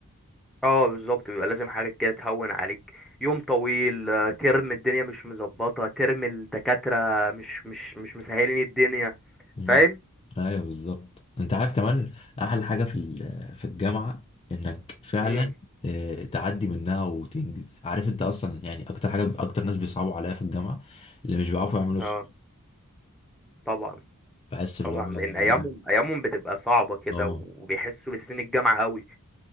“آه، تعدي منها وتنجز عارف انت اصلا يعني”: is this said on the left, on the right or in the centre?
Left